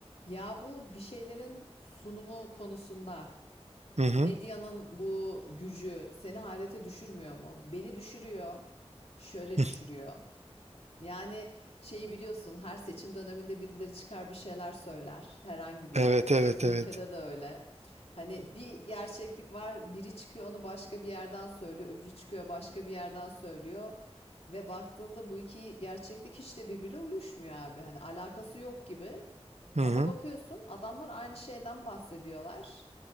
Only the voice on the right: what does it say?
Hı hı.
<laughs>
Evet
evet
evet.
Hı
hı.